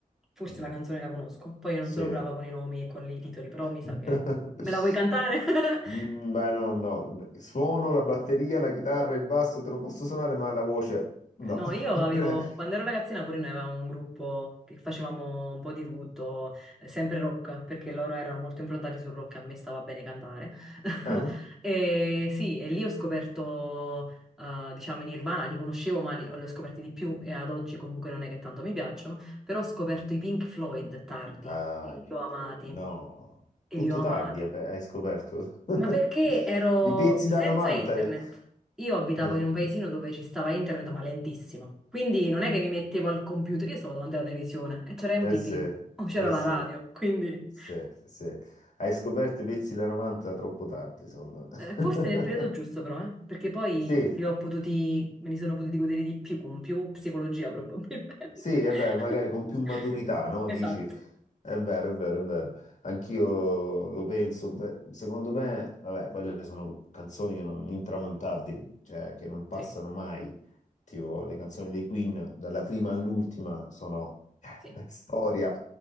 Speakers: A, in the centre; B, on the left.
A: forse
B: Mm,
A: la canzone la conosco.
B: eh,
A: Poi io non
B: Sì.
A: sono brava con i nomi e con i titoli, però mi sa
B: <laughs>
A: che... Me la vuoi cantare? <laughs>
B: Mm, beh, no, no. Suono la batteria, la chitarra, il basso, te lo posso suonare, ma la voce no.
A: Ok, No, io
B: <laughs>
A: avevo, quando ero ragazzina pure noi avevamo un gruppo che facevamo un po' di tutto, eh, sempre rock, perché loro erano molto improntati sul rock e a me stava bene cantare. <laughs>
B: Eh?
A: E sì, e lì ho scoperto, eh, diciamo, i Nirvana, li conoscevo ma li, li ho scoperti di più e ad oggi comunque non è che tanto mi piacciono, però ho scoperto i Pink Floyd tardi,
B: Ah,
A: e
B: i Pink
A: li ho amati,
B: Floyd. No,
A: e
B: tutto
A: li ho amati.
B: tardi hai pe- hai scoperto. <laughs>
A: Ma perché ero
B: I pezzi
A: senza
B: da 90.
A: internet?
B: Eh,
A: Io abitavo
B: <laughs>
A: in un paesino dove ci stava internet, ma lentissimo. Quindi non è che mi mettevo al computer, io stavo davanti alla televisione e c'era
B: eh
A: MTV
B: sì, eh
A: o c'era la
B: sì,
A: radio. Quindi
B: sì, sì. Hai scoperto i pezzi da 90 troppo tardi, secondo me.
A: eh, forse nel periodo giusto, però, eh, perché poi
B: <laughs> Sì,
A: li ho potuti, me li sono potuti godere di più, con più psicologia probabilmente.
B: Sì,
A: <laughs>
B: è vero, magari con più maturità, no?
A: Esatto.
B: Dici, è vero, è vero, è vero. Anch'io lo, lo penso. Beh, secondo me, vabbè, quelle sono canzoni che non, intramontabili, cioè che non passano
A: Sì,
B: mai. Tipo, le canzoni dei Queen, dalla prima all'ultima, sono eh,
A: sì.
B: <laughs> storia.